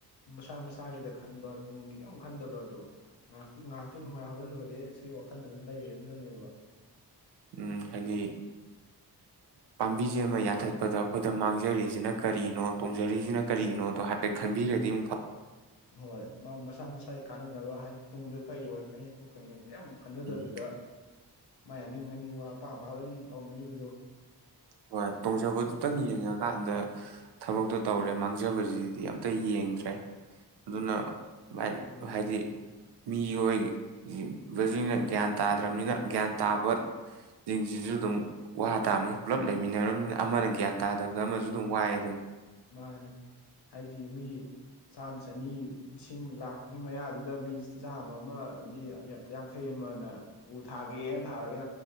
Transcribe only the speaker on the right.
ꯎꯝ ꯍꯥꯏꯗꯤ ꯄꯥꯝꯕꯤꯁꯦ ꯑꯃ ꯌꯥꯟꯊꯠꯄꯗ ꯑꯩꯈꯣꯏꯗ ꯃꯥꯡꯖꯔꯤꯁꯤꯅ ꯀꯔꯤꯅꯣ ꯇꯣꯡꯖꯔꯤꯁꯤꯅ ꯀꯔꯤꯅꯣꯗꯣ ꯍꯥꯏꯐꯦꯠ ꯈꯟꯕꯤꯔꯗꯤ ꯑꯃꯨꯛ ꯐꯥꯕ
ꯎꯝ
ꯍꯣꯏ ꯇꯣꯡꯖꯕꯗꯨꯇꯪ ꯌꯦꯡꯉꯀꯥꯟꯗ ꯊꯕꯛꯇꯣ ꯇꯧꯔꯦ ꯃꯥꯡꯖꯕꯁꯤ ꯗꯤ ꯑꯇ ꯌꯦꯡꯗ꯭ꯔꯦ ꯑꯗꯨꯅ ꯚꯥꯢ
ꯍꯥꯏꯗꯤ ꯃꯤꯑꯣꯏꯕꯁꯤꯡꯅ ꯒ꯭ꯌꯥꯟ ꯇꯥꯗ꯭ꯔꯕꯅꯤꯅ ꯒ꯭ꯌꯥꯟ ꯇꯥꯕ ꯁꯤꯡꯁꯤꯁꯨ ꯑꯗꯨꯝ ꯋꯥ ꯇꯥꯃꯤ ꯄꯨꯂꯞ ꯂꯩꯃꯤꯟꯅꯔꯕꯅꯤꯅ ꯑꯃꯅ ꯒ꯭ꯌꯥꯟ ꯇꯥꯗꯕꯗ ꯑꯃꯁꯨ ꯑꯗꯨꯝ ꯋꯥꯏꯌꯦꯗꯨꯅꯤ